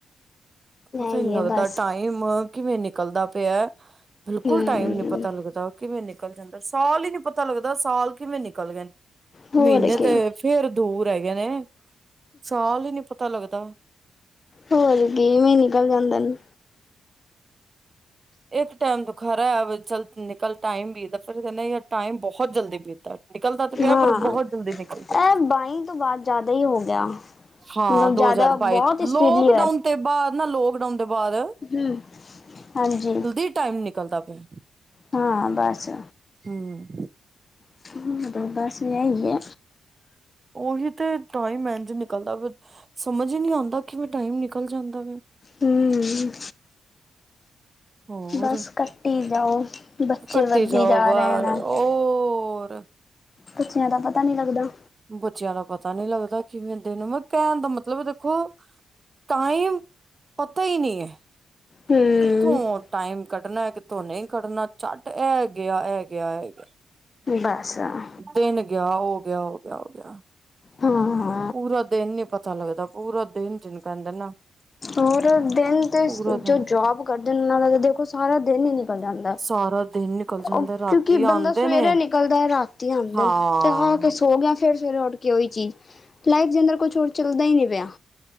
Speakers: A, on the right; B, on the left.
A: ਪਤਾ
B: ਐ
A: ਈ
B: ਹੀ
A: ਨੀ ਲੱਗਦਾ
B: ਹੈ ਬਸ
A: ਟਾਈਮ ਕਿਵੇਂ ਨਿਕਲਦਾ ਪੇਆ ਬਿਲਕੁਲ
B: ਹੂੰ
A: ਟਾਈਮ ਨੀ ਪਤਾ ਤਾ ਲੱਗਦਾ ਕਿਵੇਂ ਨਿਕਲ ਜਾਂਦਾ, ਸਾਲ ਈ ਨੀ ਪਤਾ ਲੱਗਦਾ ਸਾਲ ਕਿਵੇਂ ਨਿਕਲ ਗਏ ਨ।
B: ਹੋਰ
A: ਮੀਨੇ
B: ਕੀ
A: ਤੇ ਫੇਰ ਦੂਰ ਹੈਗੇ ਨੇ, ਸਾਲ ਈ ਨੀ ਪਤਾ ਲੱਗਦਾ।
B: ਹੋਰ ਕਿ ਇਵੇਂ ਈ ਨਿਕਲ ਜਾਂਦੇ ਨ।
A: ਇੱਕ ਟਾਈਮ ਤੇ ਖਰਾ ਹੈ ਬਈ ਚੱਲ ਨਿਕਲ ਟਾਈਮ ਬੀਤਦਾ, ਫਿਰ ਕੈਂਦੇ ਯਾਰ ਟਾਈਮ ਬੋਹਤ ਜਲਦੀ ਬੀਤਦਾ। ਨਿਕਲਦਾ ਤੇ ਪੇਆ
B: ਹਾਂ
A: ਪਰ ਬੋਹਤ ਜਲਦੀ ਨਿਕਲਦੈ।
B: ਇਹ ਬਾਈ ਤੋਂ ਬਾਅਦ ਜ਼ਿਆਦਾ ਹੀ ਹੋ ਗਿਆ
A: ਹਾਂ,
B: ਮਤਲਬ
A: ਦੋ
B: ਜ਼ਿਆਦਾ
A: ਹਜ਼ਾਰ ਬਾਈ
B: ਬਹੁਤ ਸਪੀਡਲੀ
A: ਲੋਕਡਾਊਨ ਤੇ ਬਾਅਦ ਨਾ ਲੋਕਡਾਊਨ ਦੇ ਬਾਅਦ
B: ਹਮ, ਹਾਂਜੀ!
A: ਈ ਟਾਈਮ ਨਿਕਲਦਾ ਪਿਆ ਏ
B: ਹਾਂ, ਬਸ।
A: ਹਮ!
B: <unintelligible> ਤੇ ਬਸ ਇਹੀ ਐ।
A: ਉਹੀ ਤੇ, ਟਾਈਮ ਇੰਝ ਨਿਕਲਦਾ ਪਿਆ ਵਾ ਸਮਝ ਹੀ ਨਹੀਂ ਆਉਂਦਾ ਕਿਵੇ ਟਾਈਮ ਨਿਕਲ ਜਾਂਦਾ ਵੇ।
B: ਹੁੰ।
A: ਹੋਰ
B: ਬਸ ਕੱਟੀ ਜਾਓ, ਬੱਚੇ
A: ਕੱਟੀ
B: ਵੱਧੀ
A: ਜਾਓ
B: ਜਾ
A: ਬਸ
B: ਰਹੇ ਨੇ।
A: ਹੋਰ
B: ਬੱਚਿਆਂ ਦਾ ਪਤਾ ਨੀਂ ਲੱਗਦਾ।
A: ਬੱਚਿਆਂ ਦਾ ਪਤਾ ਨੀ ਲੱਗਦਾ ਕਿਵੇਂ ਦਿਨ ਮ ਕਹਿਣ ਦਾ ਮਤਲਬ ਦੇਖੋ ਟਾਈਮ ਪਤਾ ਈ ਨੀਂ ਏ,
B: ਹੂੰ
A: ਕਿੱਥੋਂ ਆ ਟਾਈਮ ਕੱਢਣਾ ਕਿੱਥੋਂ ਨਹੀਂ ਕੱਢਣਾ ਝੱਟ ਐ ਗਿਆ, ਇਹ ਗਿਆ, ਇਹ ਗਿਆ।
B: ਬਸ ਹਾਂ।
A: ਦਿਨ ਗਿਆ, ਉਹ ਗਿਆ, ਉਹ ਗਿਆ, ਉਹ ਗਿਆ
B: ਹਾਂ -ਹਾਂ।
A: ਪੂਰਾ ਦਿਨ ਨੀ ਪਤਾ ਲੱਗਦਾ ਪੂਰਾ ਦਿਨ ਜਿੰਨੂ ਕਹਿੰਦੇ ਨਾ
B: ਔਰ। ਦਿਨ ਜੋ
A: ਪੂਰਾ ਦਿਨ
B: ਜੋਬ ਕਰਦੇ ਨੇ, ਉਹਨਾਂ ਦਾ ਤਾਂ ਦੇਖੋ ਸਾਰਾ ਦਿਨ ਹੀ ਨਿਕਲ ਜਾਂਦਾ।
A: ਸਾਰਾ ਦਿਨ ਨਿਕਲ ਜਾਂਦਾ।
B: ਉਹ
A: ਰਾਤੀ
B: ਕਿਉਂਕਿ
A: ਆਉਂਦੇ
B: ਬੰਦਾ ਸਵੇਰੇ
A: ਨੇ
B: ਨਿਕਲਦਾ ਹੈ ਰਾਤੀ ਆਉਂਦਾ
A: ਹਾਂ
B: ਨੇ ਤੇ ਆ ਕੇ ਸੋ ਗਿਆ। ਫਿਰ ਸਵੇਰੇ ਉੱਠ ਕੇ ਉਹੀ ਚੀਜ਼, ਲਾਈਫ ਦੇ ਅੰਦਰ ਕੁਛ ਹੋਰ ਚੱਲਦਾ ਹੀ ਨਹੀਂ ਪਿਆ।